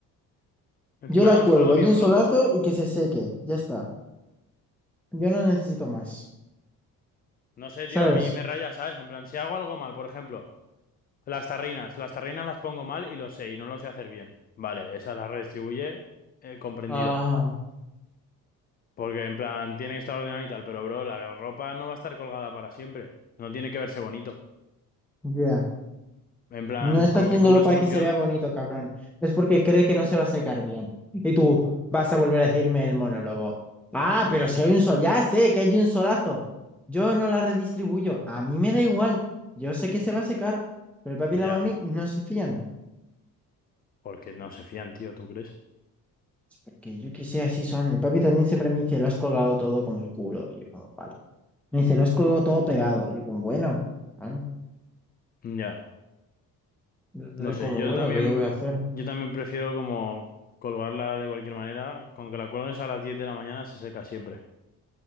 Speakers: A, on the left; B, in the centre.
A: Encima
B: Yo la
A: la hemos
B: cuelgo,
A: colgado
B: hay
A: bien
B: un solazo
A: pronto.
B: y que se seque. Ya está. Yo no necesito más.
A: No sé,
B: ¿Sabes?
A: tío, a mí me raya, ¿sabes? En plan, si hago algo mal, por ejemplo, las tarrinas. Las tarrinas las pongo mal y lo sé, y no lo sé hacer bien. Vale, esa la redistribuye, eh, comprendido.
B: Ah,
A: Porque en plan, tiene que estar ordenado y tal, pero bro, la ropa no va a estar colgada para siempre. No tiene que verse bonito.
B: ya.
A: En plan,
B: No está
A: con
B: haciéndolo
A: que cumpla
B: para
A: su función,
B: que se vea bonito, cabrón. Es porque cree que no se va a secar bien. Y tú vas a volver a decirme el monólogo. Ah, pero si hay un sol, ya sé que hay un solazo. Yo no la redistribuyo. A mí me da igual. Yo sé que se va a secar, pero el papi
A: ya.
B: y la mami no se fían.
A: Porque no se fían, tío, ¿tú crees?
B: Es Porque yo que sé, así son. El papi también siempre me dice, lo has colgado todo como el culo. Y yo como, vale. Me dice, lo has colgado todo pegado. Y yo como, bueno, vale.
A: Ya.
B: Yo
A: No sé,
B: como,
A: yo
B: bueno,
A: también,
B: ¿qué le voy a hacer?
A: yo también prefiero como colgarla de cualquier manera. Con que la cuelgues a las 10 de la mañana se seca siempre.